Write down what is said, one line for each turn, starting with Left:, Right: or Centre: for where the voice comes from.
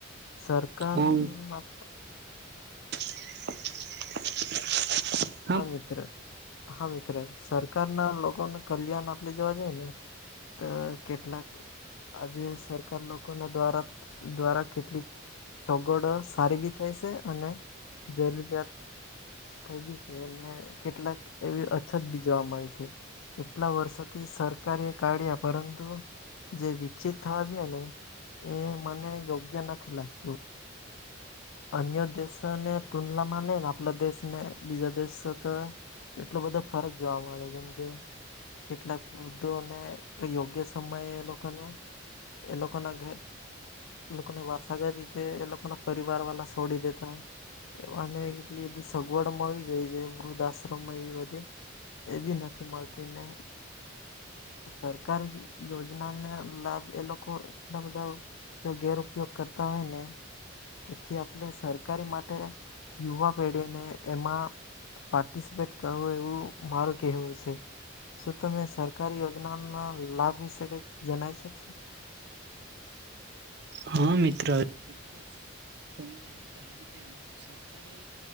Left: સરકાર
Right: હા
Left: માટે
Right: <inaudible>
Left: હા મિત્ર, હા મિત્ર સરકાર ના લોકોને કલ્યાણ આપણે જવા જાય ને. તો કેટલાક. આજે સરકાર લોકો ના દ્વારા દ્વારા કેટલીક સગડો સારી બી થાય છે અને જરૂરિયાત થઈ બી. એને કેટલાક એવી અછત બી જોવા મળેશે. કેટલા વર્ષોથી સરકારે કાઢ્યા પરંતુ. જે વિકસિત થવા જોઈએ ને એ મને યોગ્ય નથી લાગતું. અન્ય દેશ ને તુડલા માલેને આપલા દેશને બીજા દેશ તો. કેટલો બધો ફરક જોવા મળે જેમ કે કેટલાક વૃદ્ધોને યોગ્ય સમયે એ લોકોને. એ લોકોના ઘ એ લોકોની વાર્ષાગત રીતે એ લોકોના પર ર વાલા છોડી દેતા હોય. અને એટલી બધી સગવડ મળવી જોઈએ છે વૃદ્ધાશ્રમમાં એવી બધી એ બી નથી મળતી ને. સરકારી યોજના ના લાભ એ લોકો એટલા બધા તો ગૈર ઉપયોગ કરતા હોય ને. તેથી આપણે સરકારી માટે યુવા પેઢીને એમા પાર્ટિસિપેટ કરવું એવું મારું કેહેવું સે. શું તમે સરકારી યોજનાના લાભ વિશે કંઈક જણાઈ શકશો.
Right: હા મિત્ર. ચોક્કસ. તમે કહ્યું તેમ. સરકારે